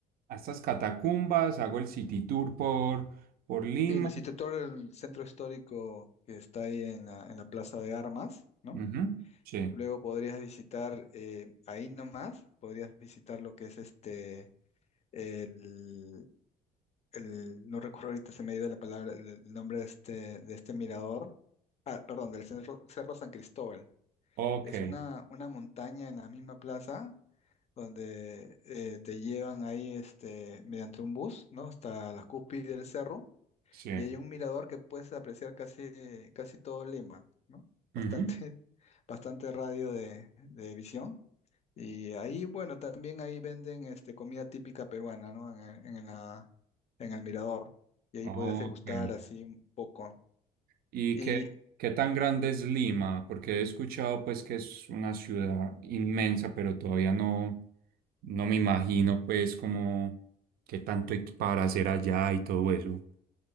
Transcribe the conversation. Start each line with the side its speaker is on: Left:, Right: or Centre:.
Right: estas catacumbas, hago el city tour por, por Lima.
Left: Sí, en el instituto del centro histórico que está ahí en la, en la Plaza de Armas, ¿no?
Right: Ujú. Sí.
Left: Luego podrías visitar eh, ahí nomás, podrías visitar lo que es este, el el, no recuerdo ahorita, se me ha ido la palabra, el, el nombre de este, de este mirador, ah, perdón, del Cerro, Cerro San Cristóbal.
Right: Ok,
Left: Es una, una montaña en la misma plaza donde eh, te llevan ahí este, mediante un bus, ¿no? Hasta la cúspide del cerro
Right: sí.
Left: y hay un mirador que puedes apreciar casi, casi todo Lima, ¿no? Bastante,
Right: Ujú.
Left: <laughs> bastante radio de de visión. Y ahí, bueno, también ahí venden este, comida típica peruana, ¿no? En, el- en la, en el Mirador. Y ahí
Right: Ok.
Left: podías degustar así un poco.
Right: ¿Y
Left: Y
Right: qué, qué tan grande es Lima? Porque he escuchado pues que es una ciudad inmensa, pero todavía no, no me imagino pues como qué tanto hay para hacer allá y todo eso.